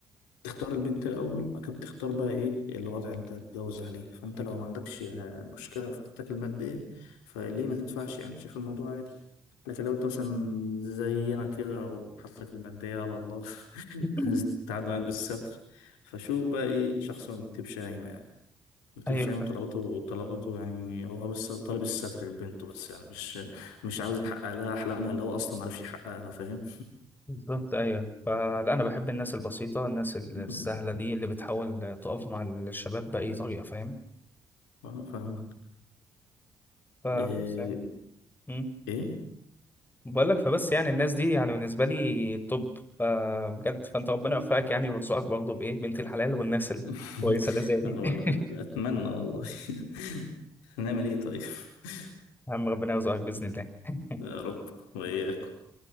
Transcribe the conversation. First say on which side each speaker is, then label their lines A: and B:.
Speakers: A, on the left (about 80°); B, on the left (about 20°).
A: تختار البنت الأول بعد كده بتختار بقى إيه الوضع اللي أنت هتتجوز عليه فأنت لو ما عندكش آه، مشكلة في حالتك المادية فليه ما تدفعش يعني شايف الموضوع عادي لكن لو أنت مثلا زينا كده أو حالتك المادية على الله <laughs>
B: <laughs>
A: هتتعدى معاك بالستر فشو بقى إيه شخص ما بيكتبش قايمة يعني ما بيكتبش
B: ايوه
A: قايمة طلباته طلباته يعني هو بس طالب الستر لبنته بس يعني مش مش عاوز يحقق لها أحلامها اللي هو أصلا ما عرفش يحققها فاهم؟
B: بالظبط ايوه فلا انا بحب الناس البسيطه الناس السهله
A: <laughs>
B: دي اللي بتحاول تقف مع الشباب باي طريقه فاهم
A: آه، فاهمك
B: فبص
A: إيه
B: يعني امم
A: إيه؟
B: بقول لك فبس يعني الناس دي يعني بالنسبه لي توب فبجد فانت ربنا يوفقك يعني ويرزقك برضه بايه بنت الحلال والناس الكويسه
A: <laughs>
B: اللي زي دي
A: يا رب،
B: <laughs>
A: أت- أتمنى والله <laughs> هنعمل إيه طيب <laughs>
B: يا عم ربنا يرزقك باذن الله
A: يا رب وإياك